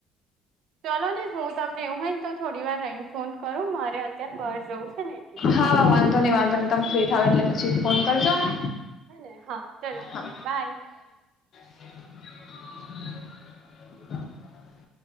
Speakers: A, on the right; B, on the left.
A: ચાલો ને હું તમને એવું હોય ને તો થોડી વાર રહી ફોન કરું મારે અત્યારે બહાર જવું છે ને એટલે.
B: હા વાંધો ની વાંધો ની તમે ફ્રી થાવ એટલે છી ફોન કરજો ને.
A: હ ને હા ચાલો મળીએ
B: હા
A: બાય.
B: <inaudible>